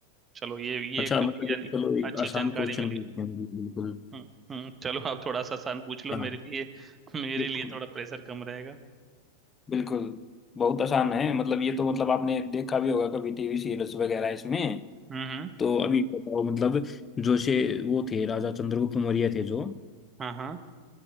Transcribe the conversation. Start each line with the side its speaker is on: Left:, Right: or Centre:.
Right: चलो ये ये
Left: अच्छा
Right: एक अच्छी
Left: मतलब
Right: जानी
Left: चलो एक
Right: अच्छी
Left: आसान
Right: जानकारी
Left: क्वेश्चन
Right: मिली
Left: पूछते हैं बिल्कुल
Right: हम्म हम्म चलो आप थोड़ा सा आसान पूछ लो
Left: हाँ
Right: मेरे लिए मेरे
Left: एक
Right: लिए थोड़ा प्रेशर कम रहेगा
Left: बिल्कुल बहुत आसान है मतलब ये तो मतलब आपने देखा भी होगा कभी टीवी सीरीज वगैरह इसमें
Right: हम्म हम्म,
Left: तो अभी बताओ मतलब जो से वो थे राजा चंद्रगुप्त मौर्य थे जो
Right: हाँ हाँ